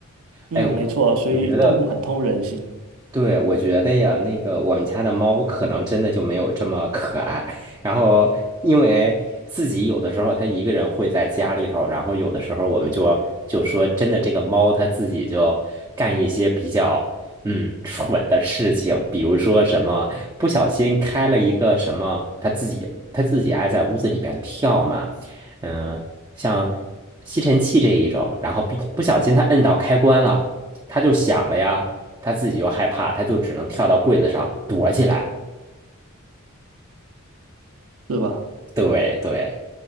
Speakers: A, on the right; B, on the right.
A: 嗯，
B: 哎，我我觉得。
A: 没错，所以动物很通人性，
B: 对，我觉得呀，那个我们家的猫可能真的就没有这么可爱。然后，因为自己有的时候它一个人会在家里头，然后有的时候我们就就说，真的这个猫它自己就干一些比较嗯蠢的事情，比如说什么不小心开了一个什么，它自己它自己爱在屋子里边跳嘛，嗯，像吸尘器这一种，然后不不小心它摁到开关了，它就响了呀。他自己又害怕，他就只能跳到柜子上躲起来。
A: 是吧？
B: 对对，